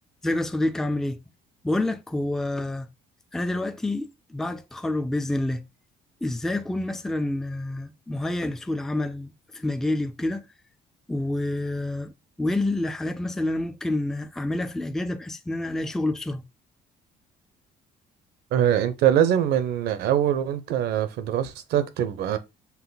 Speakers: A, in the centre; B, on the right.
A: ازيك يا صديقي عامل ايه؟ بقول لك هو انا دلوقتي بعد التخرج باذن الله ازاي اكون مثلا آه، مهيئ لسوق العمل في مجالي وكده و... وايه الحاجات مثلا اللي انا ممكن اعملها في الاجازه بحيث ان انا الاقي شغل بسرعه
B: آه، انت لازم من اول وانت في دراستك تبقى